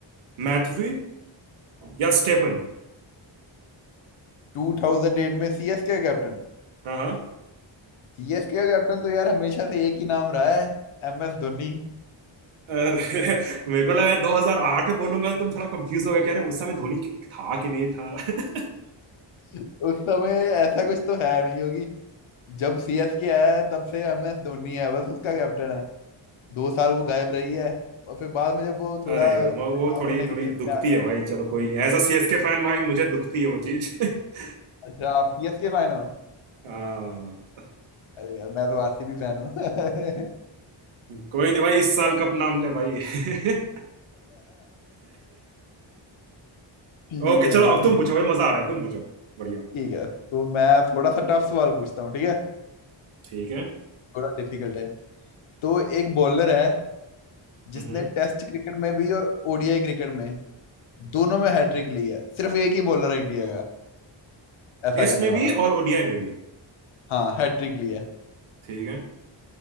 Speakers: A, on the right (about 80°); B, on the left (about 80°).
A: मैथ्यू या स्टेफन
B: 2008 में सीएसके का कैप्टन
A: हाँ हाँ
B: सीएसके का कैप्टन तो यार हमेशा से एक ही नाम रहा है एम एस धोनी
A: अरे <laughs> मेरे को लगा 2008 में बोलूंगा तो तुम थोड़ा कंफ्यूज हो गए कि अरे उस समय धोनी था कि नहीं था <laughs>
B: उस समय ऐसा कुछ तो है नहीं होगी जब सीएसके आया है तब से एम एस धोनी है बस उसका कैप्टन है दो साल वो गायब रही है और फिर बाद में जब वो थोड़ा
A: अरे यार
B: रिटायर
A: वो वो थोड़ी
B: होने की
A: थोड़ी
B: फेज
A: दुखती
B: में आ गया
A: है भाई चलो कोई नहीं एज अ सीएसके फैन भाई मुझे दुखती है वो चीज <laughs>
B: अच्छा आप सीएसके फैन हो
A: हाँ
B: अरे यार मैं तो आरसीबी फैन हूँ <laughs>
A: कोई नहीं भाई इस साल कप नाम दे भाई <laughs>
B: ठीक
A: ओके
B: है
A: चलो
B: भाई
A: अब तुम
B: ठीक
A: पूछो भाई मजा आ रहा है तुम पूछो बढ़िया
B: ठीक है तो मैं थोड़ा सा टफ सवाल पूछता हूँ ठीक है
A: ठीक है
B: थोड़ा डिफिकल्ट है तो एक बॉलर है जिसने
A: हम्म
B: टेस्ट क्रिकेट में भी और ओडीआई क्रिकेट में दोनों में हैट्रिक ली है सिर्फ एक ही बॉलर है इंडिया का ऐसा
A: टेस्ट
B: करने
A: में
B: वाला
A: भी और ओडीआई में भी
B: हाँ हैट्रिक ली है
A: ठीक है